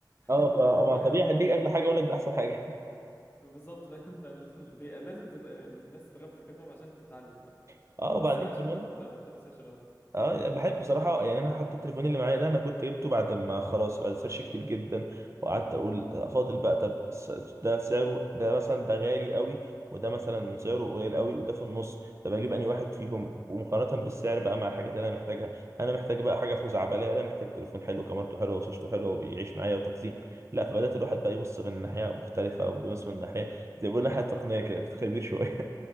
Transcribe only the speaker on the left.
<laughs> انت
رايح
على باب
الله
كده.
بالظبط فاهم <laughs> فال... بي- لازم تد... الناس تتغفل كده فاهم عشان تتعلم بقى
بس
عاش
والله ان انت بتعمل سيرش قوي